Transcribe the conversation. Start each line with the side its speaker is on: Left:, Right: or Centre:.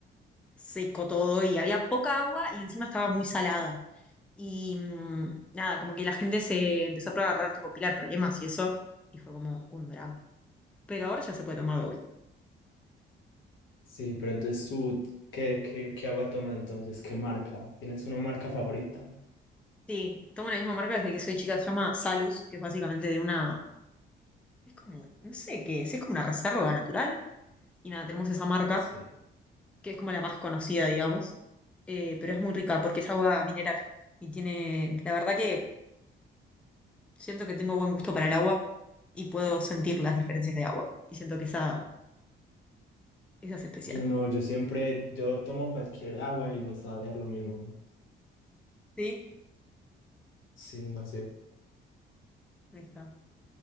Centre: seco todo y había poca agua y encima estaba muy salada. Y mm, nada, como que la gente se empezó a agarrar tipo pila de problemas y eso, y fue como un drama. Pero ahora ya se puede tomar de vuelta.
Left: Sí, pero entonces tú, ¿qué, qué, qué agua tomas entonces? ¿Qué marca? ¿Tienes una marca favorita?
Centre: Sí, tomo la misma marca desde que soy chica, se llama Salus, que es básicamente de una, es como, no sé qué es, es como una reserva natural. Y nada, tenemos esa marca
Left: Sí.
Centre: que es como la más conocida, digamos, eh, pero es muy rica porque es agua mineral y tiene, la verdad que siento que tengo buen gusto para el agua y puedo sentir las diferencias de agua y siento que esa, esa es especial.
Left: Yo no, yo siempre, yo tomo cualquier agua y me sabe a lo mismo.
Centre: ¿Sí?
Left: Sí, no sé.
Centre: Ahí está.